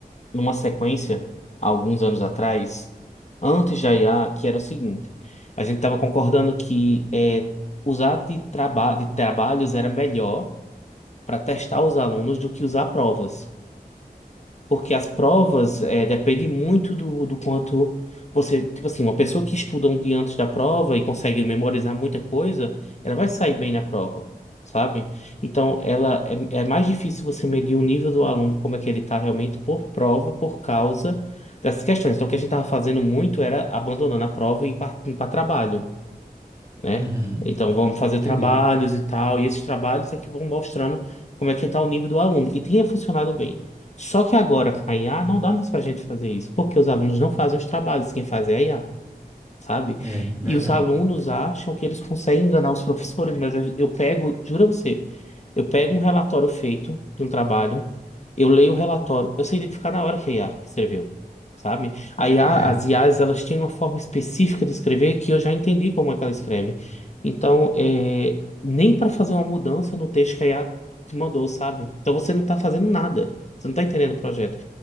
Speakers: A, on the left; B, on the right.
A: numa sequência, há alguns anos atrás, antes da IA, que era o seguinte. A gente tava concordando que é, usar de, traba de trabalhos era melhor para testar os alunos do que usar provas. Porque as provas é, dependem muito do, do quanto você. Tipo assim, uma pessoa que estuda um dia antes da prova e consegue memorizar muita coisa, ela vai sair bem na prova, sabe? Então, ela é, é mais difícil você medir o nível do aluno, como é que ele está realmente por prova, por causa dessas questões. Então, o que a gente estava fazendo muito era abandonando a prova e ir para trabalho né?
B: Uhum.
A: Então vamos fazer
B: Entendi.
A: trabalhos e tal, e esses trabalhos é que vão mostrando como é que está o nível do aluno. E tinha funcionado bem. Só que agora com a IA não dá mais para a gente fazer isso, porque os alunos não fazem os trabalhos, quem faz é a IA sabe?
B: É, verdade.
A: E os alunos acham que eles conseguem enganar os professores, mas eu pego, jura você, eu pego um relatório feito de um trabalho, eu leio o relatório, eu sei identificar na hora que a IA que escreveu, sabe? A IA,
B: É,
A: as IAs, elas têm uma forma específica de escrever que eu já entendi como é que ela escreve. Então, é, nem para fazer uma mudança no texto que a IA te mandou, sabe? Então você não tá fazendo nada. Você não tá entendendo o projeto.